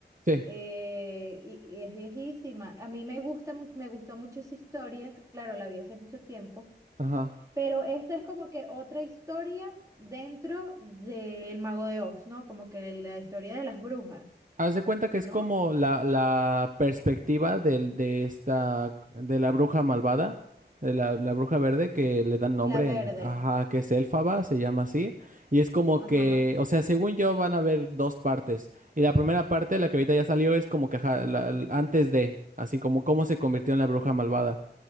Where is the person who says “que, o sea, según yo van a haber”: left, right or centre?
Right